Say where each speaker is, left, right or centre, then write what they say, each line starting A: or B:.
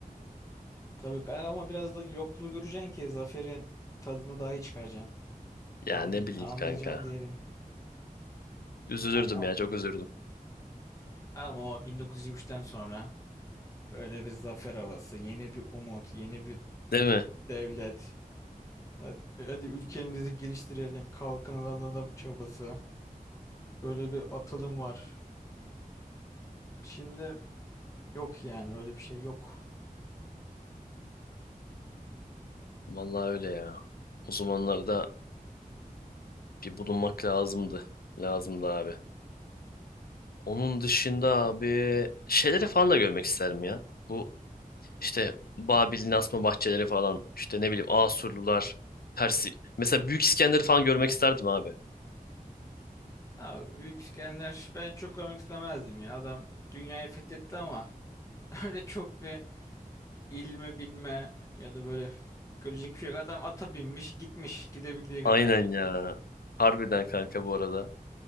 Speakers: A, on the left (about 20°); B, on the left (about 85°).
A: Tabii ki- ama biraz da yokluğu göreceksin ki zaferin tadını daha iyi çıkaracaksın.
B: Ya
A: Anlay
B: ne bileyim
A: anlayacaksın
B: kanka.
A: değerini.
B: Üzülürdüm
A: Kanka ama.
B: ya çok üzüldüm.
A: Ama o 1923'ten sonra böyle bir zafer havası, yeni bir umut, yeni bir
B: Değil mi?
A: devlet. Hadi, hadi ülkemizi geliştirelim, kalkınalım çabası. Böyle bir atılım var. Şimdi yok yani öyle bir şey yok.
B: Vallahi öyle ya. O zamanlarda bir bulunmak lazımdı. Lazımdı abi. Onun dışında abi şeyleri falan da görmek isterim ya. Bu işte Babil'in asma bahçeleri falan işte ne bileyim Asurlular, Persi. Mesela Büyük İskender'i falan görmek isterdim abi.
A: Abi Büyük İskender ben çok görmek istemezdim ya. Adam dünyayı fethetti ama <laughs> öyle çok bir ilme bilme ya da böyle görecek bir şey yok. Adam ata binmiş gitmiş gidebildiği kadar.
B: Aynen ya. Harbiden kanka bu arada.